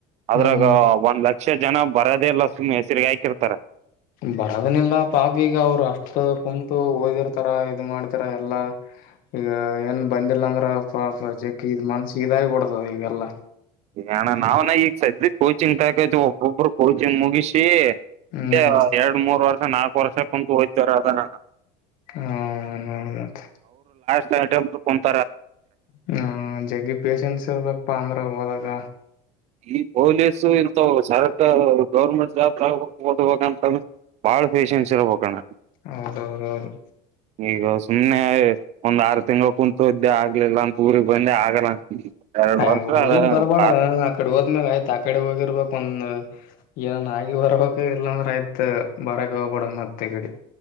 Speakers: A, on the right; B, on the left.
A: ಅದ್ರಾಗ
B: ಹ್ಮ್
A: ಒಂದ್ ಲಕ್ಷ ಅಕ್ಷ ಜನ ಬರೋದ ಇಲ್ಲ ಸುಮ್ಮ್ ಹೆಸರಿಗೆ ಹಾಕಿರ್ತಾರೆ.
B: ಬರೋದನಿಲ್ಲ ಪಾಪ ಈಗ ಅವರು ಅಷ್ಟ ಕುಂತು ಓದಿರ್ತಾರ ಇದು ಮಾಡ್ತಾರ ಎಲ್ಲಾ. ಈಗ ಏನ್ ಬಂದಿಲ್ಲ ಅಂದ್ರ ಪ ಜಗ್ಗಿ ಇದ ಮನ್ಸ ಇದಾಗಿಬಡ್ತದ ಈಗಲ್ಲಾ
A: ಏಣ ನಾವ್ನ ಈಗ ಸದ್ದಿಗ್ ಕೋಚಿಂಗ್ ತಕೋತಿವಿ ಒಬ್ಬೊಬ್ರು ಕೋಚಿಂಗ್ ಮುಗಿಸಿ
B: ಹ್ಮ್
A: ಇದೆ ಎರಡ್ ಮೂರ್ ವರ್ಷ ನಾಲ್ಕು ವರ್ಷ ಕುಂತು ಓದುತ್ತಾ ಇರೋದ್ ಅಣ್ಣಾ.
B: ಹ್ಮ್ಮ್ ನೋಡ್ ಮತ್ತ್.
A: ಹ <unintelligible>
B: ಹ್ಮ ಜಗ್ಗಿ ಪೇಶೆನ್ಸ್ ಇರ್ಬೇಕಾಪ್ಪ ಅಂದ್ರ ಹೋದಾಗ.
A: ಈ ಪೊಲೀಸು ಇಂತ ಸರಕ್ ಗೌರ್ಮೆಂಟ್ <unintelligible> ಳ ಪೇಷೆನ್ಸ ಇರಬೇಕು ಅಣ್ಣಾ.
B: ಹೌದೌದೌದು.
A: ಈಗ ಸುಮ್ನೆ ಒಂದ್ ಆರು ತಿಂಗಳ ಕುೂಂತು ಇದ್ದೆ ಆಗ್ಲಿಲ್ಲ ಅಂತ ಊರಿಗೆಗ್ ಬಂದೆ ಆಗಲ್ಲ. ಎರಡ್
B: ಹಾ
A: ವರ್ಷ
B: ಊರಿಗ್ ಬರಬಾರ್ದ ಆಕಡೆ. ಅಂದಗ್ ಆಯ್ತ್ ಆ ಕಡೆ ಹೋಗಿರ್ಬೇಕು ಒಂದ ಏನನ್ ಆಗಿ ಬರ್ಬೇಕ ಇಲ್ಲಾಂದ್ರ ಆಯ್ತ ಬರಕ. ಮತ್ ಇಕಡಿ.